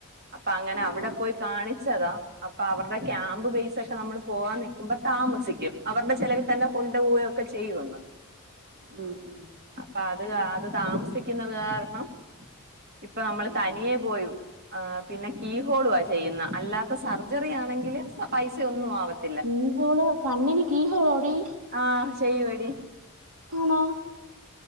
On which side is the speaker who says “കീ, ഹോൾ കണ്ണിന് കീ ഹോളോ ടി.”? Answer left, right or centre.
Right